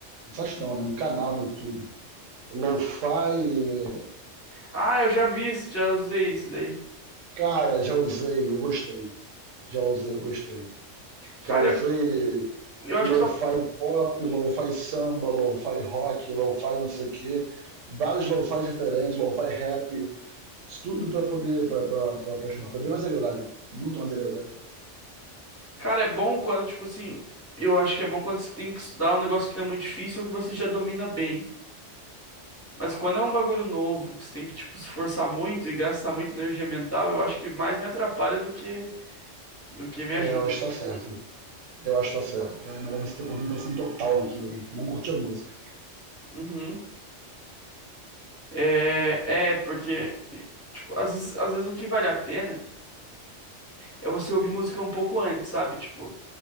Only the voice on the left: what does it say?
Ah, eu já vi isso, já usei isso daí.
Cara,
eu, eu acho
que só
Cara, é bom quando, tipo assim, eu acho que é bom quando você tem que estudar um negócio que não é muito difícil ou que você já domina bem. Mas quando é um bagulho novo, que você tem que, tipo, se esforçar muito e gastar muita energia mental, eu acho que mais me atrapalha do que do que me
ajuda.
Uhum. É, é, porque, tipo, às vezes, às vezes o que vale a pena é você ouvir música um pouco antes, sabe? Tipo,